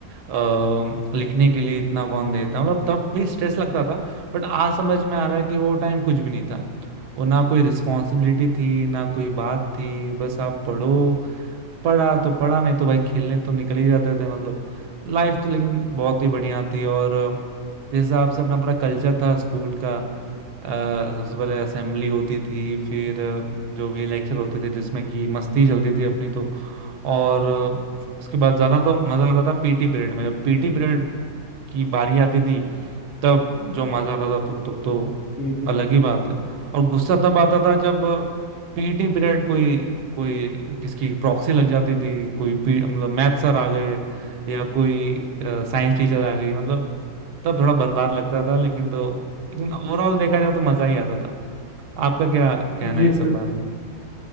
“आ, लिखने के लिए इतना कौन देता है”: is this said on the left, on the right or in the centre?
Right